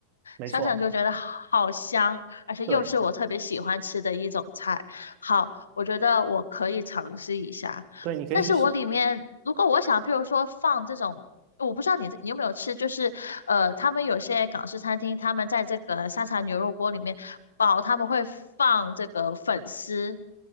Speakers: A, on the right (about 45°); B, on the left (about 70°).
A: 没错，
B: 想想就觉得好香，而且又是我特别喜欢吃的一种菜，
A: 对
B: 好，我觉得我可以尝试一下。
A: 对，你可以去试。
B: 但是我里面如果我想，譬如说放这种我不知道你你有没有吃，就是呃，他们有些港式餐厅，他们在这个沙茶牛肉锅里面煲，他们会放这个粉丝、